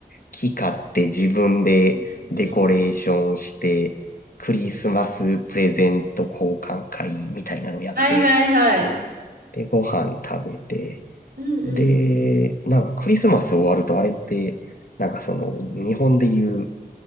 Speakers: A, on the left; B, on the right.
A: 木買って自分でデコレーションして、
B: うんうん
A: クリスマスプレゼント交換会みたいなのやって、
B: はいはいはい。
A: で、ご飯食べて、
B: うんうん。
A: で、なんかクリスマス終わるとあれって、なんかその、日本でいう